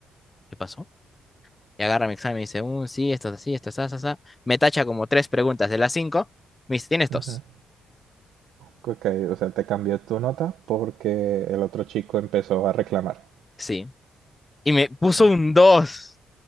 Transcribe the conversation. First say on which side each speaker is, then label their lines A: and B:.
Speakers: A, on the left (about 20°); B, on the right (about 80°).
A: ¿qué pasó? Y agarra mi examen y dice, "Uh, sí, esto es así, esto es así, así". Me tacha como tres preguntas de las cinco. Me dice, ¿tienes dos?
B: ujú. Ok, o sea, te cambió tu nota porque el otro chico empezó a reclamar.
A: Sí. Y me puso
B: Ah,
A: un dos.